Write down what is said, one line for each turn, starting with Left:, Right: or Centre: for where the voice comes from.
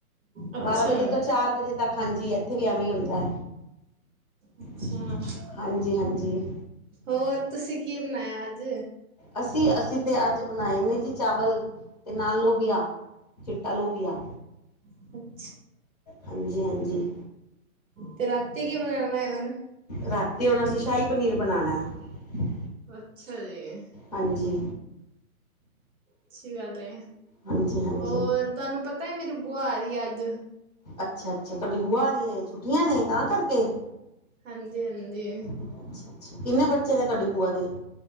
Right: ਅੱਛਾ
Left: ਬਾਰਾਂ ਵਜੇ ਤੋਂ ਚਾਰ ਵਜੇ ਤੱਕ। ਹਾਂਜੀ ਇੱਥੇ ਵੀ ਐਵੇਂ ਹੀ ਹੁੰਦਾ
Right: ਅੱਛਾ
Left: <unintelligible> ਹਾਂਜੀ ਹਾਂਜੀ
Right: ਹੋਰ ਤੁਸੀਂ ਕੀ ਬਣਾਇਆ ਅੱਜ
Left: ਅਸੀਂ ਅਸੀਂ ਤਾਂ ਅੱਜ ਬਣਾਏ ਨੇ ਜੀ ਚਾਵਲ ਅਤੇ ਨਾਲ ਲੋਬੀਆ ਚਿੱਟਾ ਲੋਬੀਆ
Right: <unintelligible>
Left: ਹਾਂਜੀ ਹਾਂਜੀ
Right: ਤੇ ਰਾਤੀ ਕੀ ਬਣਾਉਣਾ ਹੈ ਹੁਣ
Left: ਰਾਤੀ ਹੁਣ ਅਸੀਂ ਸ਼ਾਹੀ ਪਨੀਰ ਬਣਾਉਣਾ ਐ
Right: ਅੱਛਾ ਜੀ
Left: ਹਾਂਜੀ
Right: ਅੱਛੀ ਗੱਲ ਹੈ
Left: ਹਾਂਜੀ ਹਾਂਜੀ
Right: ਹੋਰ ਤੁਹਾਨੂੰ ਪਤਾ ਹੈ ਮੇਰੀ ਬੁਆ ਆ ਰਹੀ ਏ ਅੱਜ
Left: ਅੱਛਾ ਅੱਛਾ ਤੁਹਾਡੀ ਬੁਆ ਆ ਰਹੀ ਛੁੱਟੀਆਂ ਨੇ ਤਾਂ ਕਰਕੇ
Right: ਹਾਂਜੀ ਹਾਂਜੀ
Left: ਅੱਛਾ ਅੱਛਾ ਕਿੰਨੇ ਬੱਚੇ ਨੇ ਤੁਹਾਡੀ ਬੂਆ ਦੇ